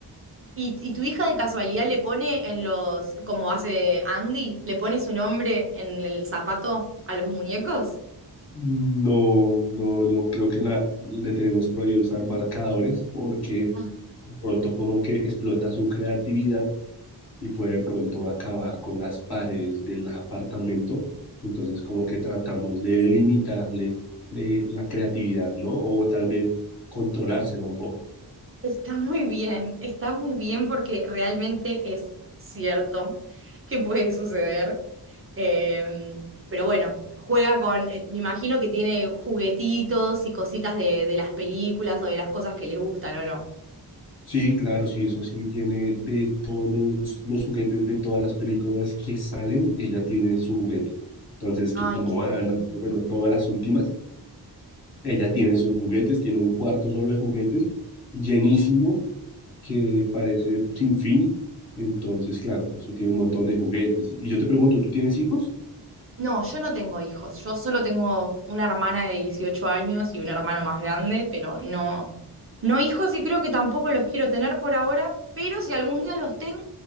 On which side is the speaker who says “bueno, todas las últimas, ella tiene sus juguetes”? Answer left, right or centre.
Left